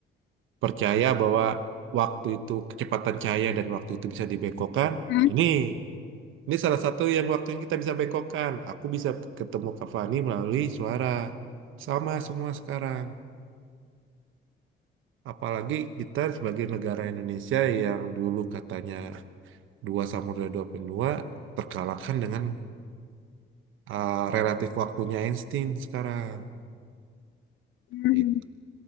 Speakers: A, on the right (about 85°); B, on the left (about 70°).
A: percaya bahwa waktu itu kecepatan cahaya dan waktu itu bisa dibengkokkan.
B: Hmm.
A: Ini ini salah satu yang waktu yang kita bisa bengkokkan. Aku bisa ketemu Kak Fani melalui suara. Sama semua sekarang. Apalagi kita sebagai negara Indonesia yang dulu katanya dua samudra dua benua terkalahkan dengan uh, relatif waktunya Einstein sekarang.
B: Hmm.
A: Gitu.
B: hmm.